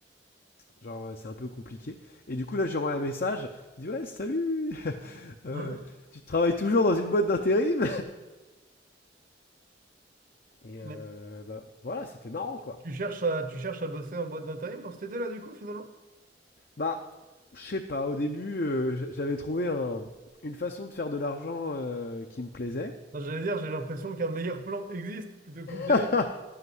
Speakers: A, on the left (about 55°); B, on the right (about 50°).
A: Genre euh, c'est un peu compliqué. Et du coup là, j'ai envoyé un message. Il dit ouais, salut. <laughs> Euh,
B: Hein
A: tu travailles toujours dans une boîte d'intérim Et
B: Mais
A: euh, bah, voilà, c'était marrant quoi.
B: tu cherches à, tu cherches à bosser en boîte d'intérim pour cet été là, du coup, finalement?
A: Bah je sais pas. Au début, euh, j'avais trouvé un- une façon de faire de l'argent euh, qui me plaisait.
B: Enfin, J'allais dire, j'ai l'impression qu'un meilleur plan existe plutôt que terrible.
A: <laughs>